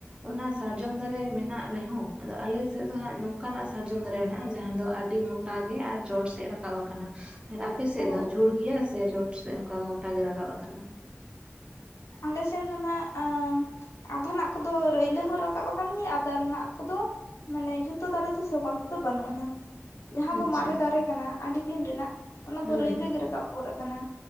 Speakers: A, on the right (about 20°); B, on the left (about 85°).
A: ᱚᱱᱟ ᱥᱟᱨᱡᱚᱢ ᱫᱟᱨᱮ ᱢᱮᱱᱟᱜ ᱨᱮᱦᱚᱸ ᱟᱫᱚ ᱟᱞᱮ ᱥᱮᱫ ᱫᱚ ᱦᱟᱸᱜ ᱱᱚᱝᱠᱟᱱᱟᱜ ᱥᱟᱨᱡᱚᱢ ᱫᱟᱨᱮ ᱢᱮᱱᱟᱜᱼᱟ ᱡᱟᱦᱟᱸ ᱫᱚ ᱟᱹᱰᱤ ᱢᱚᱼᱼ ᱢᱚᱴᱟ ᱜᱮ ᱟᱨ ᱪᱚᱴ ᱥᱮᱫ ᱨᱟᱠᱟᱵ ᱟᱠᱟᱱᱟ᱾ ᱟᱨ ᱟᱯᱮ ᱥᱮᱫ
B: ᱚ
A: ᱫᱚ ᱡᱷᱩᱲ ᱜᱮᱭᱟ, ᱥᱮ ᱪᱚᱴ ᱥᱮᱫ ᱚᱱᱠᱟ ᱢᱚᱴᱟ ᱜᱮ ᱨᱟᱠᱟᱵ ᱟᱠᱟᱱᱟ᱾
B: ᱟᱞᱮ ᱥᱮᱱ ᱫᱚ ᱱᱟᱜ ᱮᱼᱼ ᱟᱫᱷᱟᱱᱟᱜ ᱠᱚᱫᱚ ᱨᱟᱹᱭᱞᱟᱹ ᱦᱚᱸ ᱨᱟᱠᱟᱵ ᱟᱠᱟᱱ ᱜᱮᱭᱟ, ᱟᱫᱷᱟᱱᱟᱜ ᱠᱚᱫᱚᱼᱼ ᱢᱟᱱᱮ ᱡᱷᱚᱛᱚ ᱫᱟᱨᱮ ᱫᱚ ᱥᱚᱢᱟᱱ ᱛᱮᱫᱚ ᱵᱟᱹᱱᱩᱜᱼᱟ ᱱᱟᱜ᱾ ᱡᱟᱦᱟᱸ ᱠᱚ
A: ᱟᱪᱪᱷᱟ
B: ᱢᱟᱨᱮ
A: ᱟᱪᱪᱷᱟ
B: ᱫᱟᱨᱮ ᱠᱟᱱᱟ, ᱟᱹᱰᱤ ᱫᱤᱱ ᱨᱮᱱᱟᱜ ᱚᱱᱟ ᱫᱚ
A: ᱦᱳᱭ
B: ᱨᱟᱹᱭᱞᱟᱹ
A: ᱦᱳᱭ
B: ᱜᱮ ᱨᱟᱠᱟᱵ ᱜᱚᱫ ᱟᱠᱟᱱᱟ᱾